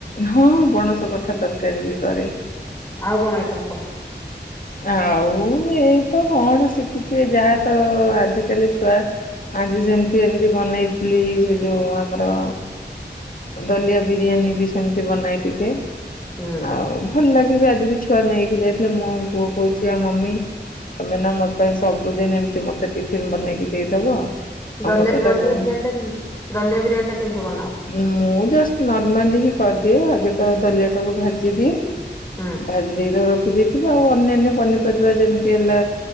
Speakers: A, on the left; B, on the left.
A: ହଁ ପଣସ କଠା ତରକାରୀ ବି କରେ।
B: ଆଉ କଣ ଆଇଟମ୍ କ
A: ଆଉ ଏଇ ତ କଣ ଶିଖିଛି ଯାହା ତ ଆଜିକାଲି ଛୁଆ ଆଜି ଜେମିତି ଏମିତି ବନେଇଥିଲି ସେ ଯୋଉ ଆମର ଦଲିଆ ବିରିୟାନୀ ବି ସେମିତି ବନାଏ ଟିକେ।
B: ହୁଁ
A: ଆଉ ଭଲ ଲାଗିବି ଆଜି ବି ଛୁଆ ନେଇକି ଯାଇଥିଲେ ମୋ ବଉ କହୁଛି ଆଉ ମମି ତମେ ନା ମୋ ପାଇଁ ସବୁଦିନ ଏମିତି ମୋତେ ଟିଫିନ୍ ବନେଇକି ଦେଇଦବ। ଆଉ
B: ଦଲି
A: ମତେ ଏଟା
B: ଦଲିଆ
A: ବହୁ
B: ବିରିୟାନୀ ଟା କେ ଦଲିଆ ବିରିୟୀ ଟା କେମତି ବନାଅ।
A: ମୁଁ ଜଷ୍ଟ ନର୍ମାଲି ହି କରିଦିଏ ଆଗେ ତ ଦଲିଆ ଟାକୁ ଭାଜିଦିଏ।
B: ହୁଁ
A: ଭାଜି ଦେଇକିବ ରଖି ଦେଇେଇଥିବି ଆଉ ଅନ୍ୟାନ୍ୟ ପନିପରିବା ଯେମିତି ହେଲା।